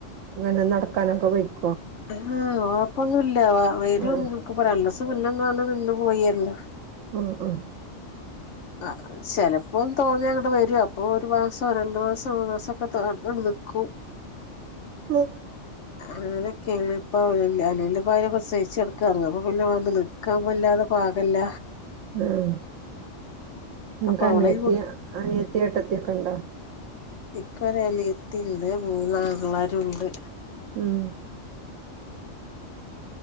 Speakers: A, on the right; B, on the left.
A: ഇങ്ങനെ നടക്കാനൊക്കെ പ
B: ആഹ് ഓപ്പൊന്നുല്ല വരുംക്ക്
A: ആഹ്
B: പറയല്ല നില്ലെന്നാണ് നിന്ന് പോയിന്ന്
A: ആഹ് ആഹ്
B: ആൾക്ക് ചിലപ്പോ തോന്നിയ അങ്ങോട്ട് വരും അപ്പോൾ ഒരു മാസം രണ്ടു മാസം മൂന്നു മാസംക്കെ നിൽക്കും
A: <inaudible>
B: അങ്ങനെക്കെണ് ഇപ്പൊ അനിയന്റെ ഭാര്യ പ്രസവിച്ച് കെട്ക്കാണ് അപ്പ പിന്നെ വന്ന് നിക്കാൻ വല്ലാതെ പാകല്ല
A: ഉം നിങ്ങക്ക്
B: അപ്പൊ
A: അനിയത്തി
B: അവളെയും
A: അനിയത്തി ഏട്ടത്തിക്കെണ്ടോ
B: ൻക്ക് ഒരു അനിയത്തിണ്ട് മൂന്നു ആങ്ങളാരുണ്ട്
A: ഉം